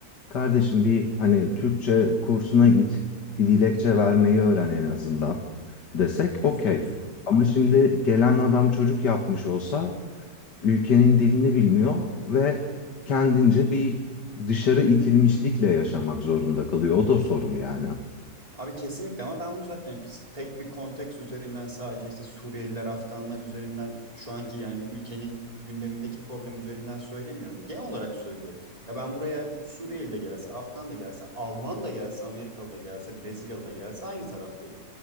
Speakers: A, on the left; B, on the right.
A: kardeşim bir hani Türkçe kursuna git, bir dilekçe vermeyi öğren en azından desek
B: Yüzde
A: okey.
B: yüz.
A: Ama şimdi gelen adam çocuk yapmış olsa ülkenin dilini bilmiyor ve kendince bir dışarı itilmişlikle yaşamak zorunda kalıyor. O da sorun yani.
B: Abi kesinlikle ama ben bunu zaten tek bir konteks üzerinden sadece işte Suriyeliler, Afganlar üzerinden şu anki yani ülkenin gündemindeki problem üzerinden söylemiyorum. Genel olarak söylüyorum. Ya ben buraya Suriyeli de gelse, Afgan da gelse, Alman da gelse, Amerikalı da gelse, Brezilyalı da gelse aynı taraftayım.